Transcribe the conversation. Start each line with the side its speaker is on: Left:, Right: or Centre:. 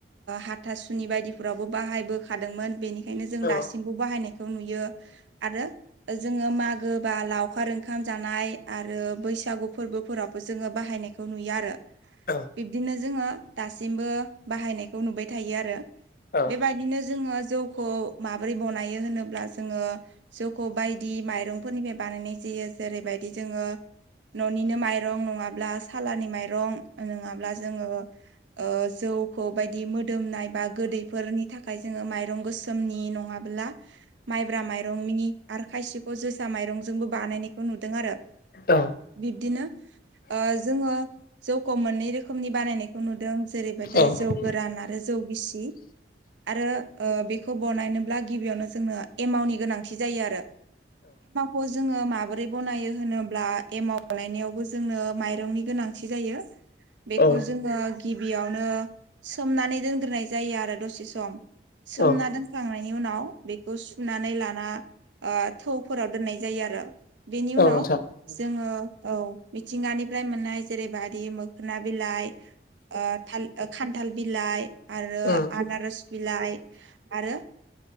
Right: हाथासुनि बायदिफोरावबो बाहायबोखादोंमोन बेनिखायनो जों
Left: औ
Right: दासिमबो बाहायनायाय बेखौ नुयो आरो। जोङो मागो बा लावखार ओंखाम जानाय आरो बैसागु फोरबोफोरावबो जोङो बाहायनायखौ बेखौ नुयो आरो।
Left: औ।
Right: बिब्दिनो जोङो दासिमबो बाहायनायखौ नुबाय थायो आरो
Left: औ उम
Right: बेबायदिनो जोङो जौखौ माबोरै बनायो होनोब्ला जोङो। जखौ' बायदि माइरंफोरनिफ्राय बानायनाय जायो जेरैबायदि जोङो। न'निनो माइरं नङाब्ला सालानि माइरं नङाब्ला जोङो। जौखौ बायदि मोदोमनाय बा गोदैफोरनि थाखाय जोङो माइरं गोसोमनि नङाब्ला माइब्रा माइरं मिनि आरो खायसेखौ जोसा माइरंजोंबो बानायनायखौ नुदों आरो।
Left: औ
Right: बिब्दिनो जोङो जौखौ मोननै रोखोमनि बानायनायखौ नुदों जेरैबायदि
Left: औ
Right: जौ गोरान आरो जौ गिसि आरो बेखौ बनायनो गिबियावनो जोंनो एमावनि गोनां जायो आरो खौ जोङो माबोरै बनायो होनोब्ला एमावलायनायावबो जोंनो माइरंनि गोनांथि जायो बेखौ
Left: औ
Right: जोङो गिबियावनो सोमनानै दोनग्रोनाय जायो आरो दसे सम सोमना
Left: औ
Right: दोनखांनाय नि उनाव बेखौ सुनानै लाना थौफोराव दोननाय जायो आरो। बेनि
Left: औ
Right: उनाव
Left: नोंथां
Right: जोङो औ मिथिंगानिफ्राय मोननाय जेरैबायदि। खोना बिलाइ थाल खान्थाल बिलाइ आरो
Left: उम
Right: आनारस बिलाइ आरो